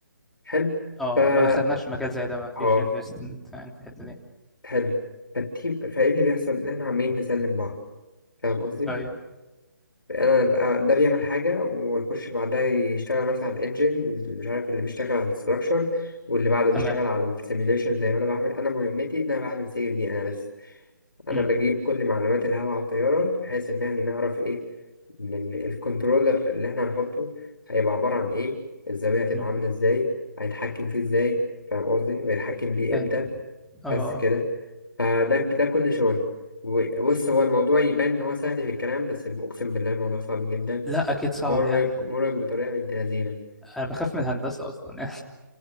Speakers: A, on the left; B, in the centre.
A: حلو
B: اه
A: فا
B: ما دخلناش مجال زي ده ما فيش
A: اه
B: انفستمنت يعني في الحته دي
A: حلو فالتيم فايه اللي بيحصل ان احنا عمالين نسلم بعض فاهم قصدي؟
B: ايوه
A: انا بقى ده بيعمل حاجة ويخش بعدها يشتغل مثلا على الانجن ومش عارف اللي بيشتغل على الستراكشر واللي بعده بيشتغل
B: تمام
A: على السيميليشن زي ما انا بعمل انا مهمتي ان انا بعمل سيف دي انا بس انا
B: امم
A: بجيب كل معلومات الهواء على الطياره بحيث ان احنا نعرف ايه إن ال- الكنترولر اللي احنا هنحطه هيبقى عباره عن ايه الزاويه هتبقى
B: أمم.
A: عامله ازاي هيتحكم فيه ازاي فاهم قصدي ويتحكم بيه
B: فاهم
A: امتى
B: اه
A: بس كده فده ده كل شغل بص هو الموضوع يبان ان هو سهل في الكلام بس اقسم بالله الموضوع صعب جدا
B: لا اكيد صعب
A: مرهق
B: يعني
A: مرهق بطريقه بنت لذينه
B: انا بخاف من الهندسه اصلا يعني